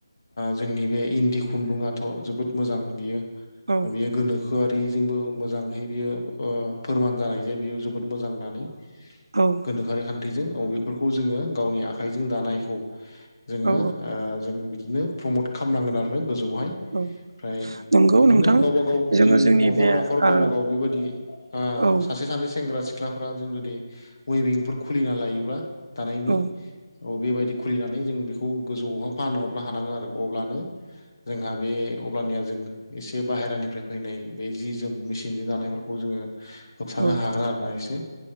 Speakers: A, on the left; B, on the right.
A: जोंनि बे इन्दि खुन्दुङाथ' जोबोद मोजां बियो
B: औ
A: बेयो गोनोखो आरो बेजोंबो मोजांहै बियो फोरमान जानाय जाय बियो जोबोद मोजां होननानै
B: औ
A: गोनोखोआरि खान्थिजों औ बेफोरखौ जोङो गावनि आखाइजों दानायखौ जोङो
B: औ
A: जों बिदिनो प्रमत खालामनांगोन आरो गोजौआवहाय ओमफ्राय
B: औ नंगौ
A: बिदिनो
B: नोंथां
A: गावबा गाव
B: जोङो
A: न
B: जोंनि
A: न'
B: बे
A: गाव
B: ओ
A: गाव बेबाय
B: औ
A: सासे सानै सेंग्रा सिख्लाफ्रा जों जुदि वेयरिंफोर खुलिना लायोब्ला थानायनि
B: औ
A: औ बेबायदि खुलिनानै जों बेखौ गोजौआव फानहरनो हानांगोन आरो अब्लानो जोंहा बे अब्लानिया जों एसे बाहेरानिफ्राय फैनाय बे जि जोम मेसिनजों दानायफोरखौ जोङो होबथानो
B: औ
A: हागोन आरोना एसे।